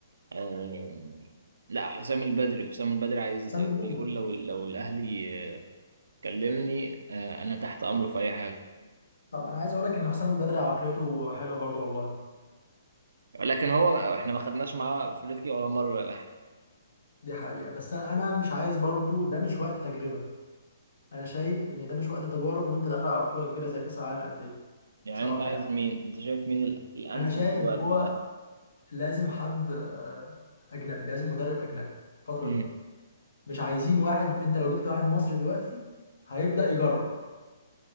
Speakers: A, on the right; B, on the left.
A: آه، لا حسام البدري حسام البدري عايز
B: حسام البدري
A: بيقول لو لو الاهلي آه، كلمني آه، انا تحت امره في اي حاجه
B: طب انا عايز اقول لك ان حسام البدري عقليته حلوه برضو والله
A: لكن هو احنا ما خدناش معاه افريقيا ولا مره
B: دي حقيقه بس انا أنا مش عايز برضو ده مش وقت تجربه انا شايف ان ده مش وقت تجارب وانت داخل على بطوله كبيره زي كاس العالم للانديه
A: يعني
B: بصراحه
A: انت عايز
B: يعني
A: مين انت شايف مين ال- الانسب
B: انا شايف
A: دلوقتي
B: ان هو
A: للاهلي
B: لازم حد آه، اجنبي لازم مدرب اجنبي الفتره
A: امم
B: دي مش عايزين واحد انت لو جبت واحد مصري دلوقتي هيبدا يجرب